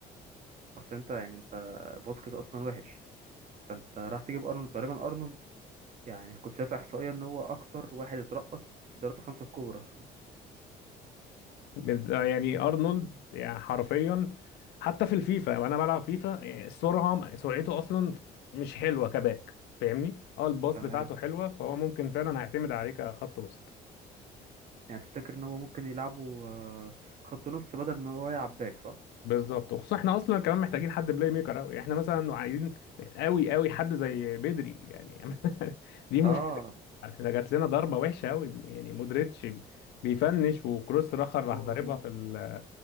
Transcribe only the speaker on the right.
اصل انت يعني انت فاسكيز اصلا وحش فانت راح تجيب ارنولد تقريبا ارنولد يعني كنت شايف احصائيه ان هو اكتر واحد اترقص في الدوريات الخمسه الكبرى
كمان
يعني تفتكر ان هو ممكن يلعبه آه، خط نص بدل ان هو يلعب باك صح
اه
كروس